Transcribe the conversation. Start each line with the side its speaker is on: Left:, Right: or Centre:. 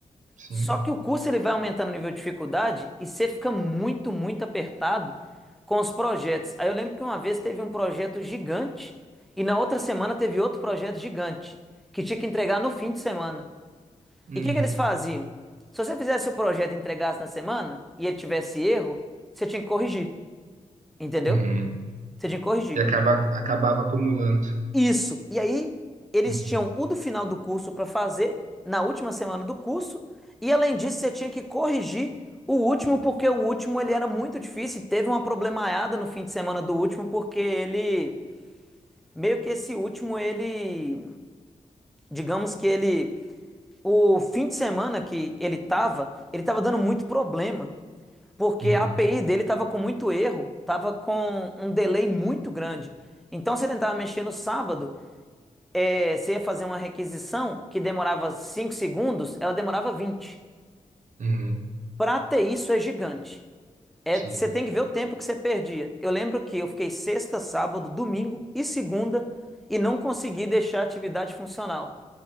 Right: sim.
Centre: Só que o curso ele vai aumentando o nível de dificuldade e você fica muito, muito apertado com os projetos. Aí eu lembro que uma vez teve um projeto gigante e na outra semana teve outro projeto gigante que tinha que entregar no fim de semana.
Right: Hum,
Centre: E o que que eles faziam? Se você fizesse o projeto e entregasse na semana e ele tivesse erro, você tinha que corrigir, entendeu?
Right: uhum.
Centre: Você tinha que corrigir.
Right: E acaba, acabava acumulando.
Centre: Isso. E aí, eles
Right: Uhum,
Centre: tinham o do final do curso para fazer, na última semana do curso, e além disso, você tinha que corrigir o último, porque o último ele era muito difícil, e teve uma problemaiada no fim de semana do último, porque ele meio que esse último ele, digamos que ele o fim de semana que ele tava, ele tava dando muito problema, porque
Right: uhum,
Centre: a API dele tava com muito erro, tava com um delay muito grande. Então você tentava mexer no sábado, é, você ia fazer uma requisição que demorava 5 segundos, ela demorava 20.
Right: uhum,
Centre: Para ter isso é gigante. É,
Right: sim,
Centre: você tem que ver o tempo que você perdia. Eu lembro que eu fiquei sexta, sábado, domingo e segunda e não consegui deixar a atividade funcional.